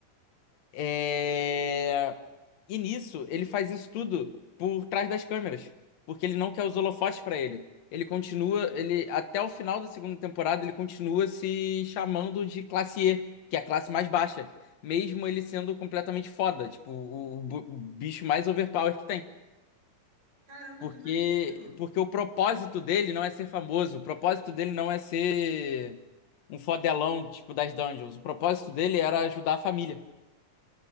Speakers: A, on the left; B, on the right.
A: É, e nisso, ele faz isso tudo por trás das câmeras, porque ele não quer os holofotes pra ele. Ele continua, ele até o final da segunda temporada, ele continua se chamando de classe E, que é a classe mais baixa, mesmo ele sendo completamente foda, tipo, o, bu- o bicho mais overpower que tem.
B: Caramba,
A: Porque,
B: que maneiro!
A: porque o propósito dele não é ser famoso, o propósito dele não é ser um fodelão, tipo, das dungeons. O propósito dele era ajudar a família.